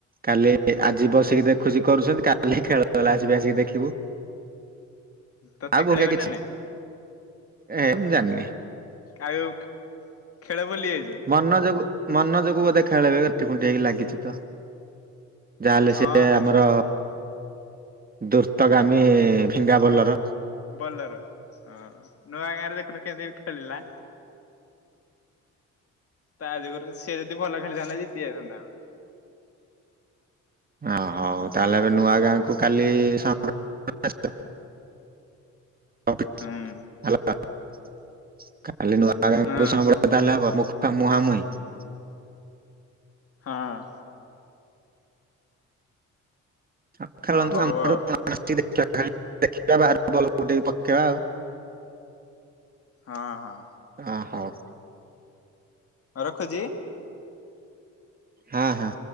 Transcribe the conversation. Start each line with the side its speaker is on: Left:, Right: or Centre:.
Right: କାଲି ଆଜି ବସିକି ଦେଖୁଛି କରୁଛନ୍ତି କାଲି ଖେଳ ହେଲେ ଆସିବି ଆସିକି ଦେଖିବୁ।
Left: ତୋତେ
Right: ଆଉ ବଙ୍କା
Left: ଖେଳେଇବେ
Right: କିଛି
Left: ନା ନାଇଁ?
Right: ଏ ମୁଁ ଜାଣିନି
Left: ଆଉ ଖେଳ ଭୁଲି ଯାଇଛୁ?
Right: ମନ ଯୋଗୁ ମନ ଯୋଗୁ ବୋଧେ ଖେଳେଇବେ ଏଠି କୁଣ୍ଠି ହେଇକି ଲାଗିଛି ତ। ଯାହାହେଲେ
Left: ହଁ
Right: ସେ
Left: ହଁ
Right: ଆମର ଦୁର୍ତଗାମୀ ଫିଙ୍ଗା ବୋଲର।
Left: ବଲର ହଁ ନୂଆ ଗାଁ ରେ ଦେଖୁନୁ କେମିତି ଖେଳିଲା। ତା ଜୋଗରୁ ସିଏ ଯଦି ଭଲ ଖେଳିଥାନ୍ତା ଜିତି ଯାଇଥାନ୍ତା ପା।
Right: ଓ ହଉ ତାହେଲେ ଏବେ ନୂଆ ଗାଁକୁ କାଲି ସ <inaudible> <unintelligible>
Left: ହୁଁ
Right: ତାହେଲେ ହେବା
Left: ହଁ
Right: ମୁହାଁମୁହିଁ।
Left: ହଁ।
Right: ଆଉ ଖେଳନ୍ତୁ
Left: ଓ ହଉ
Right: ଆମରସ
Left: ଆଉ
Right: ଦେଖିବାର <inaudible> ବଲ ଟିକେ ପକେଇବା ଆଉ।
Left: ହଁ ହଁ।
Right: ଅ ହଉ।
Left: ରଖୁଛି?
Right: ହଁ ହଁ।